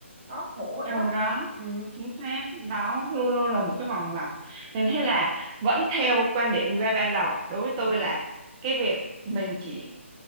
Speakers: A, on the right (about 40°); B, on the right (about 20°).
A: đó khổ vậy
B: ừ
A: đó
B: đó
A: ừ
B: chính xác đó luôn luôn là một cái vòng lặp nên thế là vẫn theo quan điểm về ban đầu đối với tôi
A: ừ
B: là cái việc mình chỉ